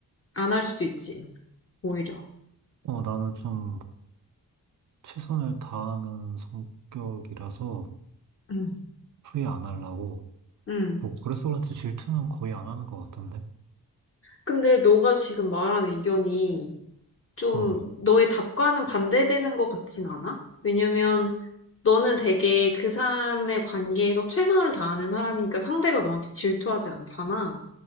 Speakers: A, on the left; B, on the right.
A: 안 할 수도 있지, 오히려.
B: 어, 나는 좀 최선을 다하는 성격이라서
A: 응.
B: 후회 안 하려고.
A: 응.
B: 뭐, 그래서 그런지 질투는 거의 안 하는 것 같던데?
A: 근데 너가 지금 말한 의견이 좀
B: 어,
A: 너의 답과는 반대되는 것 같진 않아? 왜냐면 너는 되게 그 사람의 관계에서 최선을 다하는 사람이니까 상대가 너한테 질투하지 않잖아.